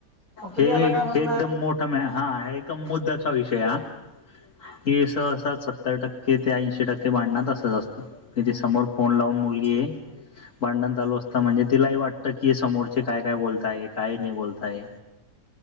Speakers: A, on the right; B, on the left.
A: मग तुम्ही
B: हे
A: याला काय म्हणणार
B: मोठ हा एक मुद्द्याचा विषय हा हे स अस सत्तर टक्के ते ऐंशी टक्के भांडणात असंच असतं क समोर फोन लावून मुलगी आहे भांडण चालू असतं म्हणजे तिलाही वाटत कीय समोरचे काय काय बोलताय काय नाही बोलताय.